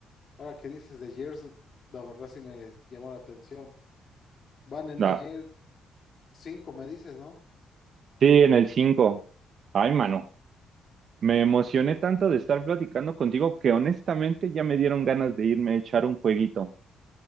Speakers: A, on the left (about 45°); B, on the right (about 55°).
A: ahora que dices de Gears, la verdad sí me llamó la atención. Van en
B: Ah,
A: el 5 me dices, ¿no?
B: sí, en el 5. Ay, mano, me emocioné tanto de estar platicando contigo que honestamente ya me dieron ganas de irme a echar un jueguito.